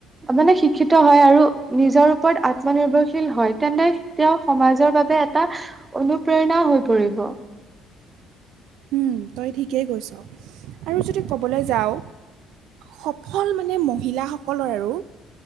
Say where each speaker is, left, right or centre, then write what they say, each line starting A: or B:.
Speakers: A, on the right; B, on the right.
A: মানে শিক্ষিত হয় আৰু নিজৰ ওপৰত আত্মনিৰ্ভৰশীল। হয় তেন্তে তেওঁ সমাজৰ বাবে এটা অনুপ্ৰেৰণাও হৈ পৰিব
B: উম তই ঠিকেই কৈছ আৰু যদি কবলৈ যাও সফল মানে মহিলাসকলৰ আৰু